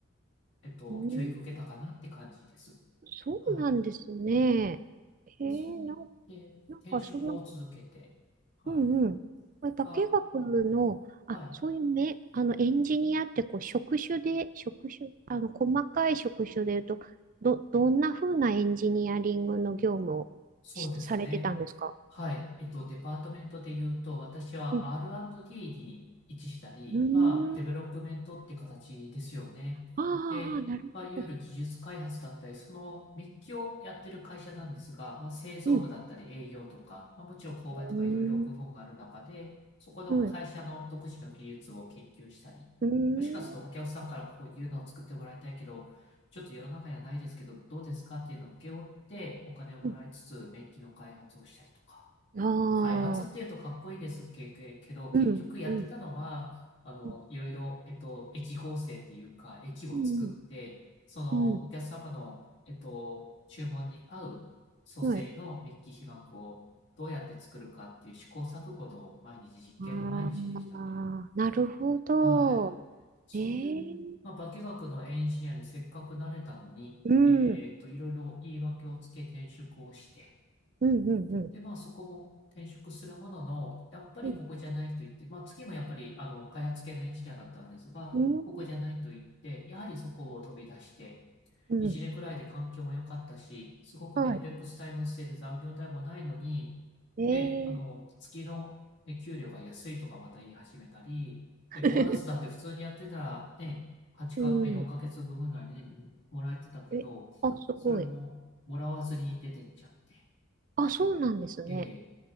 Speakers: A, on the left; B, on the right.
A: えっと、
B: うん、
A: 教育受けたかなって感じです。
B: そうなんですね。
A: は
B: えー、
A: い。で、そうやって転職を続けて、
B: なん、なんかその、
A: はい。
B: うんうん。これ化学の、
A: ま
B: あ、
A: あ、はい。
B: そういうめ、あの、エンジニアってこう職種で、職種、あの、細かい職種で言うと、ど、どんな風なエンジニアリングの業務をし、
A: そうですね。
B: されてたんですか
A: はい。えっと、デパートメントで言うと、私は
B: うん。
A: R&D に位置したり、
B: うーん。
A: まあ、デベロップメントって形ですよね。
B: あー
A: で、
B: あー、なるほど。
A: まあ、いわゆる技術開発だったり、そのメッキをやってる会社なんですが、まあ、製造部だったり営業とか、
B: うん。
A: まあ、もちろん購買とかいろいろ部門がある中で、
B: う
A: そこの会社の独自の技術を研究したり、
B: ーん。はい。うー
A: もしかするとお客さんからこういうのを作ってもらいたいけど、ちょっと世の中にはないですけど、どうですかっていうのを請け負ってお金をもらいつつ、
B: ん。
A: メッキの開発をしたりとか。
B: あ
A: 開発っていうとかっこいいですけけけど、
B: あ、
A: 結局やってたのは、
B: うん、うん、
A: あの、
B: うん、
A: いろいろ、えっと、駅合成っていうか、駅を作って、
B: うん、
A: そのお客様の、
B: うん
A: えっと、注文に合う組成のメッキ被膜をどうやって作るかっていう試行錯誤の毎日、
B: はい。
A: 実験の毎日でしたね。
B: ああ、なるほど。
A: はい。そういう、
B: ええ
A: まあ、化学のエンジニアにせっかくなれたのに、
B: うん、
A: えっと、
B: うん、
A: いろいろ言い訳をつけ転職をして、
B: うん、うん、
A: で、まあ、そこも転職するものの、やっぱりここじゃないと言って、
B: うん、
A: まあ、次もやっぱり、あの、開発系のエンジニアだったんですが、
B: うん、
A: ここじゃないと言って、やはりそこを飛び出して、
B: うん
A: 1年くらいで環境も良かったし、すごくね、
B: はい。
A: フレックスタイム制で残業代もないのに、
B: え
A: で、あの、
B: え
A: 月の、ね、給料が安いとかまた言い始めたり、で、
B: <laughs>
A: ボーナスだって普通にやってたらね、8か、
B: うん。
A: 4ヶ月分ぐらいね、もらえてたけど、
B: え、あ、すごい。
A: それももらわずに出てっちゃって、
B: あ、そうなんですね。
A: ええ、